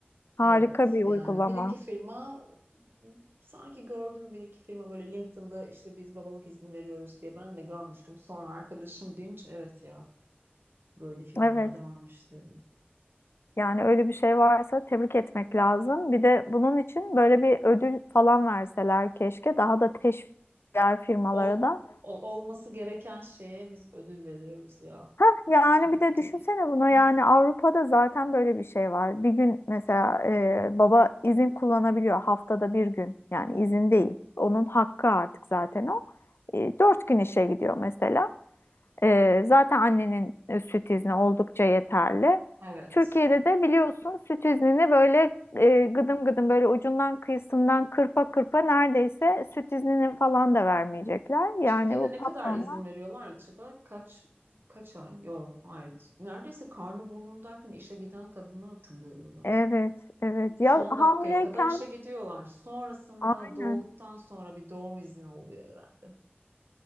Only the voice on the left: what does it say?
Harika
bir
uygulama.
Evet.
Yani öyle bir şey varsa tebrik etmek lazım. Bir de bunun için böyle bir ödül falan verseler keşke. Daha da teşvik diğer firmalara
da.
Hah, yani
bir de düşünsene
bunu
yani Avrupa'da zaten böyle bir şey var. Bir gün mesela e, baba izin kullanabiliyor haftada bir gün yani izin değil. Onun hakkı artık zaten o. E, dört gün işe gidiyor mesela. E, zaten annenin e, süt izni oldukça yeterli.
Türkiye'de de biliyorsun süt iznini böyle e, gıdım gıdım böyle ucundan kıyısından kırpa kırpa neredeyse süt iznini falan da vermeyecekler. Yani
bu
patronlar
evet evet
ya hamileyken
Aynen.